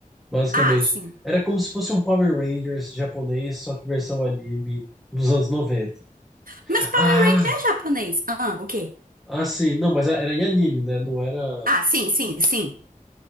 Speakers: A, in the centre; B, on the right.
A: Basicamente,
B: Ah, sim.
A: era como se fosse um Power Rangers japonês, só que versão anime dos anos 90.
B: Mas Power
A: Ah,
B: Ranger é japonês. Ah, o quê?
A: ah, sim. Não, mas era em anime, né? Não era.
B: Ah, sim, sim, sim.